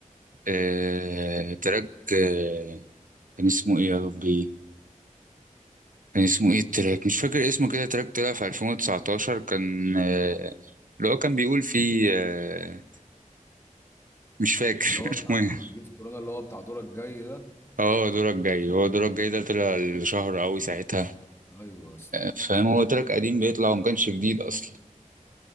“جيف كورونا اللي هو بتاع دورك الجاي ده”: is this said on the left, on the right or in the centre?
Left